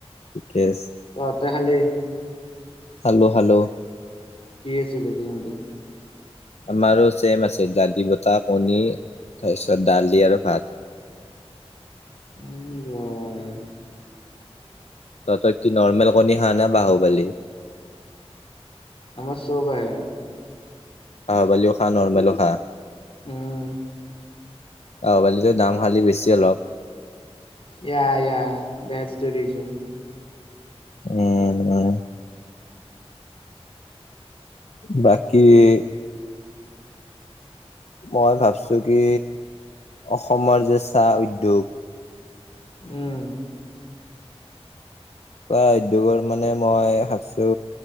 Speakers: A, on the left (about 80°); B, on the left (about 60°).
A: ঠিকে আছে।
B: তহঁতি খালি?
A: খালোঁ খালোঁ।
B: কি আছিলে তেন্তে?
A: আমাৰো চছেম আছিল দালি বটা কণী তাৰপিছত দালি আৰু ভাত।
B: উম হয়।
A: তহঁতৰ কি নৰ্মেল কণী খাওঁ নে বাহু বালি?
B: আমাৰ চ'ব হে।
A: বাহু বলিও খা নৰ্মেলো খা।
B: উম।
A: বাহু বলি দাম খালী বেছি অলপ।
B: ইয়া ইয়া দেজ ৰিজন।
A: উম উম। বাকী- মই ভাবছো কি, অসমৰ যে চাহ উদ্যোগ।
B: উম।
A: উদ্যোগৰ মানে মই ভাবছো